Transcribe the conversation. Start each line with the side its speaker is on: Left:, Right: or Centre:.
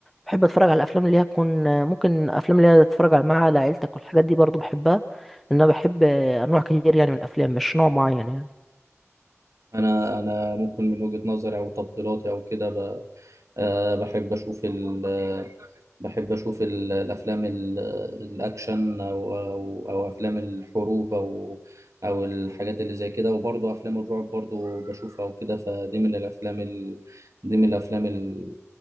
Centre: بحب اتفرج على الافلام اللي هي تكون ممكن افلام اللي هي تتفرج مع عيلتك والحاجات دي برضو بحبها لان انا بحب انواع كتير يعني من الافلام مش نوع معين يعني
Right: أنا أنا ممكن من وجهة نظري أو تفضيلاتي أو كده ب... آه بحب أشوف الأكشن بحب أشوف ال- الأفلام ال- الأكشن أو أو, أو أفلام الحروب أو أو الحاجات اللي زي كده وبرضه أفلام الرعب برضه بشوفها وكده فدي من الأفلام ال... دي من الأفلام ال...